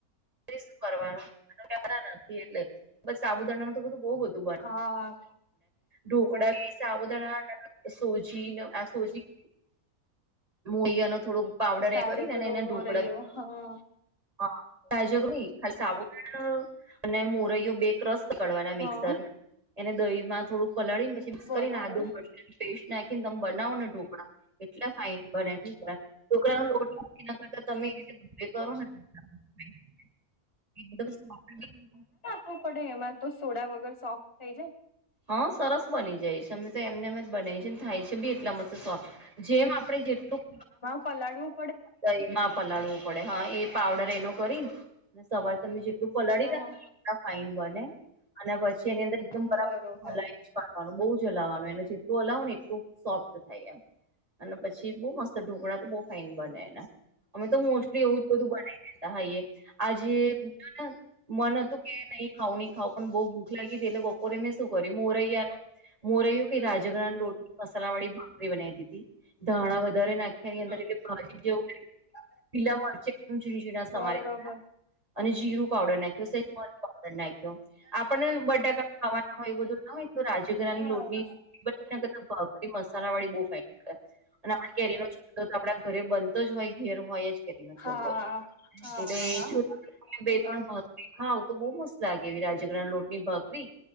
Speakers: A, on the right; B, on the left.
A: શું કરવાનું કે નથી એટલે બસ સાબુદાડાનું તો બધું બહ બધું બને
B: હા
A: ઢોકળા ભી ઉદારણ તરીકે સોજી આ સોજી મોઈયાનો થોડોક પાવડર
B: રાજગરો
A: એ કરીને એને ઢોકળા
B: મોરૈયો હા
A: હા <unintelligible> અને મોરૈયો બે ક્રસ પકડવાના મિક્સરમાં
B: હા
A: એને દહી માં થોડું પલાળી ને પછી મિક્સ
B: બરોબર
A: કરીને આદુ મરચા પેસ્ટ નાખીને તમે બનાવો ને ઢોકળા એટલા ફાાઈન બને ટઢોકળા ના લોટ મૂકીને <unintelligible> <unintelligible>
B: હુ પડે એમાં તો સોડા વગર સોફ્ટ થાય જાય
A: હા સરસ બની જાય છે અમે તો એમને એમ જ બનાવી છે ને થાય છે બી એટલા મસ્ત જેમ આપડે જેટલું
B: પલાડુ
A: દહીં મા પલાળવું પડે હા એ પાવડર એનો કરીને સવાર તમે જેટલું પલાળી
B: હા
A: રાખે એટલો ફાાઈન બને અને પછી એની અંદર એકદમ બરાબર
B: બરોબર
A: ફુલાય છેં વાનું બહુ જ હલાવાનું એને જેટલું હલાવનું ને એટલું સોફ્ટ થાય એમ અને પછી બહુ મસ્ત ઢોકળા તો બહ ફાાઈન બને એના અમે તો મોસ્ટલી એવું જ બધું બનાવી લેતા હા આજે હ ને મન હતું કે નહી ખાવુ નહીં ખાવ પણ બહુ ભૂખ લાગી હતી એટલે બપોરે મેં શું કર્યું મોરૈયા નો મોર્યું કે રાજગરનો લોટ મસાલા વાળી ભાખરી બનાવી દીધી ધાણા વધારે નાખ્યાની અંદર એટલે <unintelligible> પીલા મળચમ ઝીણા ઝીણા સમારેલ
B: બરોબર
A: હતા અને જીરું પાવડર નાખ્યો સેજરી પાવડર નાખ્યો આપને બ બટાકા ખવાના હોય એ બધું ના હોય તો રાજઘરાની
B: હા
A: લોટ ની ભાખરી મસાલા વાળી બો ફાઈન કરે અને આપડે કેરી નો ચૂંદો તો આપડા ઘરે બનતો જ હોય ઘેર હોય જ કરી નો ચૂંદો
B: હા
A: એટલે
B: હા એ
A: <unintelligible>
B: વાત
A: હા તો બહુ મસ્ત લાગે એવી રાજરગરા લોટની ભાકરી